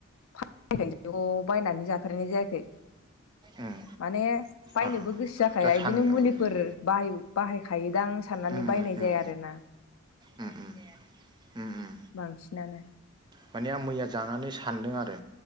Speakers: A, on the left; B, on the right.
A: फा नाय थाइजौखौ बायनानै जा फेरनाय जायाखै
B: उम
A: माने बायनोबो
B: आहा
A: गोसो जाखाया
B: दा सान
A: इदिनो मुलिफोर
B: उम
A: बाहाय बाहायखायो दां साननानै
B: उम
A: बायनाय
B: उम
A: जाया आरोना
B: उम उम उम उम
A: बांसिनानो
B: माने आं मैया जानानै सानदों आरो